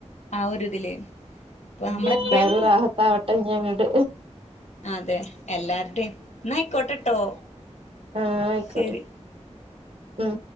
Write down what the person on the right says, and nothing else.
എന്തായാലും റാഹത്താവട്ടെ ഇനിയങ്ങ്ണ്ട്
ആഹ് ആയിക്കോട്ടെ
ഉം